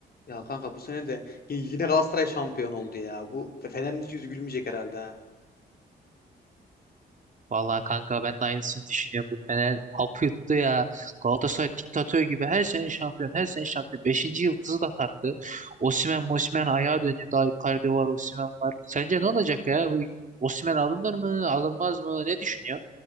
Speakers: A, on the left; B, on the right.
A: Ya kanka bu sene de y- yine Galatasaray şampiyon oldu ya. Bu Fe- Fener'in hiç yüzü gülmeyecek herhalde ha.
B: Vallahi kanka ben de aynısını düşünüyorum. Bu Fener hapı yuttu ya. Galatasaray diktatör gibi her sene şampiyon, her sene şampiyon. Beşinci yıldızı da taktı. Osimhen, Mosimhen ayağa dönüyor. Daha Icardi var, Osimhen var. Sence ne olacak ya? Bu Osimhen alınır mı, alınmaz mı? Ne düşünüyor?